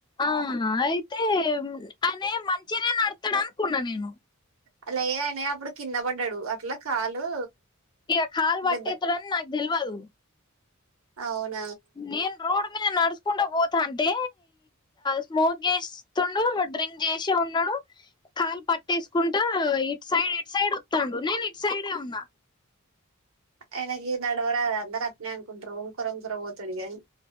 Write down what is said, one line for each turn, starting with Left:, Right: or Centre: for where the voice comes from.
Left: ఆ ఆ అయితే అనే మంచినే నడతాడు అనుకున్నా నేను
Right: అలా అయన అప్పుడు కింద పడ్డాడు అట్లా కాలు
Left: ఇగ కాల్ బట్టేం
Right: దెబ్బ
Left: నా తెల్వదు
Right: అవును
Left: నేను రోడ్ మీద నడుచకుంటూ పోతాంటే స్మోక్ చేస్తుండు డ్రింక్ చేసి ఉన్నాడు కాలు పట్టేసుకుంటా ఇటు సైడ్ ఇటు సైడ్ వత్తాండు నేను ఇటు సైడే ఉన్నా.
Right: ఆయనికి నడవరాదు అందర్ నే అన్కుంటరు ఒంకర్ ఒంకరా పోతాడిగా ఆయన